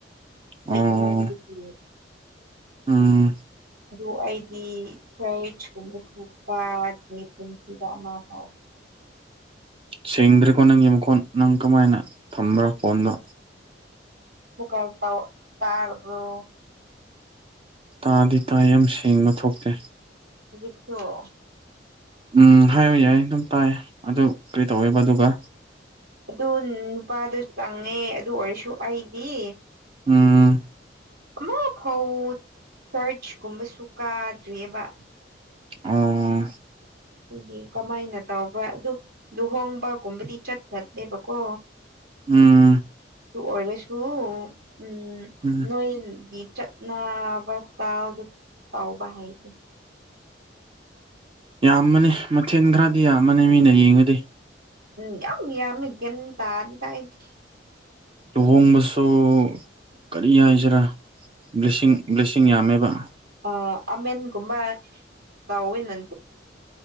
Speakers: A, on the right; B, on the right.
A: ꯍꯣꯏ
B: ꯑꯣ
A: ꯏꯃꯨꯡꯗꯨꯒꯤ
B: ꯎꯝ
A: ꯑꯗꯨ ꯑꯩꯗꯤ ꯐ꯭ꯔꯀꯨꯝꯕꯄ ꯑꯩ ꯄꯨꯟꯁꯤꯗ ꯑꯃ ꯐꯥꯎ
B: ꯁꯦꯡꯗ꯭ꯔꯤꯀꯣ ꯅꯪꯒꯤ ꯃꯈꯣꯟ ꯅꯪ ꯀꯃꯥꯏꯅ ꯊꯝꯕ꯭ꯔꯣ ꯐꯣꯟꯗꯣ
A: ꯃꯨꯛꯀ ꯇꯧ ꯇꯥꯔꯕꯔꯣ?
B: ꯇꯥꯗꯤ ꯇꯥꯌꯦ ꯌꯥꯝ ꯁꯦꯡꯕ ꯊꯣꯛꯇꯦ
A: ꯌꯧꯖꯤꯛꯇꫭ
B: ꯎꯝ ꯍꯥꯏꯌꯨ ꯌꯥꯏ ꯑꯗꯨꯝ ꯇꯥꯏ ꯑꯗꯨ ꯀꯔꯤ ꯇꯧꯋꯦꯕ ꯑꯗꯨꯒ
A: ꯑꯗꯨ ꯅꯨꯄꯥꯗꯣ ꯆꯪꯉꯦ ꯑꯗꯨ ꯑꯣꯏꯔꯁꯨ ꯑꯩꯗꯤ
B: ꯎꯝ
A: ꯑꯃ ꯐꯥꯎ ꯆꯔꯆ ꯀꯨꯝꯕꯁꯨ ꯀꯥꯗ꯭ꯔꯤꯑꯕ
B: ꯑꯣ
A: ꯑꯗꯨꯒꯤ ꯀꯃꯥꯏꯅ ꯇꯧꯕꯔ ꯑꯗꯨ ꯂꯨꯍꯣꯡꯕꯒꯨꯝꯕꯗꯤ ꯆꯠꯄ꯭ꯔꯅꯦꯕꯀꯣ
B: ꯎꯝ
A: ꯑꯗꯨ ꯑꯣꯏꯔꯁꯨ ꯎꯝ
B: ꯎꯝ
A: ꯅꫭꯏꯒꯤ ꯆꯠ ꯅꯥꯕ ꯁꯇꯥꯜꯗꫭ ꯇꯧꯕꯥ ꯍꯥꯏꯗꯤ
B: ꯌꯥꯝꯃꯅꯤ ꯃꯊꯦꯜ ꯈꯔꯗꯤ ꯌꯥꯝꯃꯅꯤ ꯃꯤꯅ ꯌꯦꯡꯉꯗꯤ
A: ꯎꯝ ꯌꯝ ꯌꯥꯃꯤ ꯒꯌꯥꯟ ꯇꯗꯦꯗ ꯑꯩꯗꯤ
B: ꯂꯨꯍꯣꯡꯕꯁꯨ ꯀꯔꯤ ꯍꯥꯏꯁꯤꯔꯥ ꯂꯤꯁꯤꯡ ꯂꯤꯁꯤꯡ ꯌꯥꯝꯃꯦꯕ
A: ꯑ ꯑꯃꯦꯟꯒꯨꯝꯕ ꯇꯥꯎꯤꯟꯅ